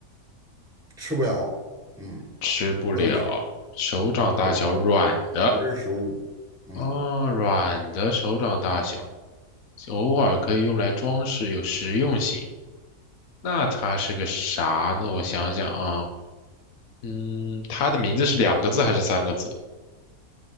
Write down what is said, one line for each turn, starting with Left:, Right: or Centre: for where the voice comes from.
Centre: 吃不了，嗯，
Left: 吃不了，
Centre: 不能吃，
Left: 手掌大小，
Centre: 对，
Left: 软的
Centre: 不是食物，嗯，
Left: 啊，软的手掌大小，偶尔可以用来装饰，有实用性。那它是个啥呢？我想想啊，嗯，它的名字是两个字还是三个字？